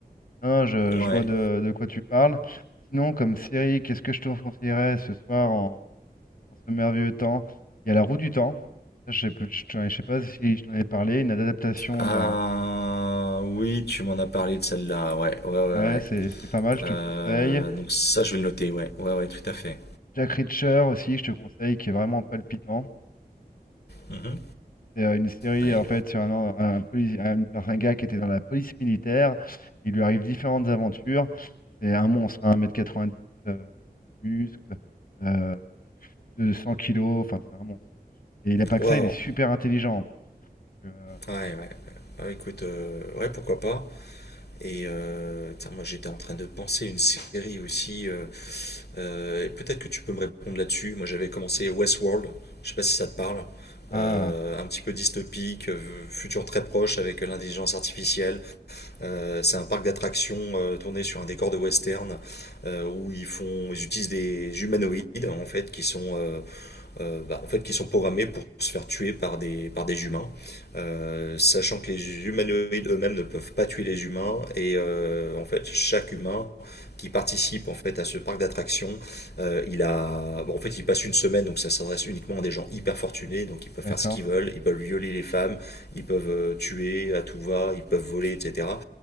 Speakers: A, on the left; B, on the left.
A: Non, je, je
B: ouais.
A: vois de, de quoi tu parles. Sinon, comme série, qu'est-ce que je te conseillerais ce soir en, en ce merveilleux temps? Il y a La Roue du Temps. Ça, Je sais, plus- je, t'en- je sais pas si je t'en ai parlé. Une adaptation
B: Ah
A: d'un.
B: oui, tu m'en as parlé de celle-là. Ouais, ouais, ouais,
A: Ouais,
B: ouais.
A: c'est c'est pas mal, je
B: Euh,
A: te conseille.
B: donc ça, je vais le noter. Ouais, ouais, ouais, tout à fait.
A: Jack Reacher aussi, je te conseille, qui est vraiment palpitant.
B: Mhm.
A: C'est euh, une série
B: Ouais.
A: en fait sur un, an- un, polici- un- un gars qui était dans la police militaire. Il lui arrive différentes aventures. C'est un monstre, hein, 1m90 euh, de muscles, euh, de 100 kilos, enfin c'est un monstre. Et il a pas
B: Waouh.
A: que ça, il est super intelligent en plus. Donc, euh,
B: Ouais, ouais. Ouais, écoute, euh, ouais, pourquoi pas. Et euh, tiens, moi j'étais en train de penser une série aussi. euh, Euh, et peut-être que tu peux me répondre là-dessus. Moi, j'avais commencé Westworld. Je sais pas si ça te parle.
A: ah,
B: Euh, un petit peu dystopique, euh, futur très proche avec l'intelligence artificielle. Euh, c'est un parc d'attractions euh, tourné sur un décor de western euh, où ils font, ils utilisent des humanoïdes en fait qui sont euh, euh, bah, en fait, qui sont programmés pour se faire tuer par des, par des humains, euh, sachant que les humanoïdes eux-mêmes ne peuvent pas tuer les humains, et euh, en fait, chaque humain qui participe en fait à ce parc d'attractions, euh, il a, bon, en fait, il passe une semaine, donc ça s'adresse uniquement à des gens hyper fortunés, donc ils peuvent
A: d'accord,
B: faire ce qu'ils veulent, ils peuvent violer les femmes, ils peuvent euh, tuer à tout va, ils peuvent voler, etc.